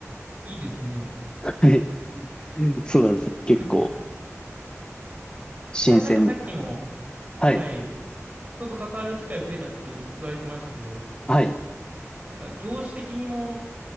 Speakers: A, on the right; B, on the left.
A: いいですね。
B: はい。そうなんですよ。
A: <laughs>
B: 結構、新鮮。
A: いや、なんかさっきも、
B: はい。
A: はい、人と関わる機会増えたって言われてましたけど、
B: はい。
A: なんか業種的にも、